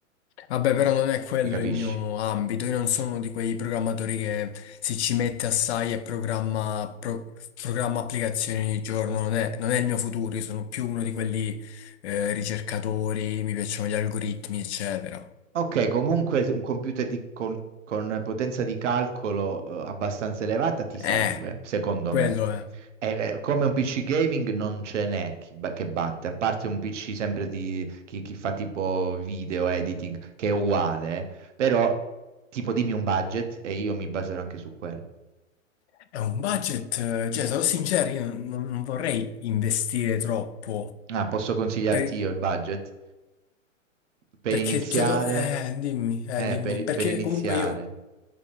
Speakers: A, on the left; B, on the right.
A: Vabbè, però non è quello
B: mi capisci?
A: il mio ambito, io non sono uno di quei programmatori che si ci mette assai e programma, pro- programma applicazioni ogni giorno, non è, non è il mio futuro, io sono più uno di quelli eh, ricercatori, mi piacciono gli algoritmi, eccetera.
B: Ok, comunque se un computer di- con, con potenza di calcolo, eh, abbastanza elevata ti serve,
A: Eh,
B: secondo
A: quello
B: me.
A: è.
B: Eh, eh, come un PC gaming non ce n'è chi ba- che batte, a parte un PC sempre di chi, chi fa tipo video editing, che è uguale, eh. Però tipo dimmi un budget e io mi baserò anche su quello.
A: È un budget, eh, cioè, sarò sincero, io non, non- non vorrei investire troppo,
B: Ah, posso consigliarti
A: per-
B: io il budget? Per
A: perché,
B: iniziare,
A: cioè, do- eh, dimmi, eh,
B: eh,
A: dimmi,
B: per
A: perché
B: per iniziare.
A: comunque io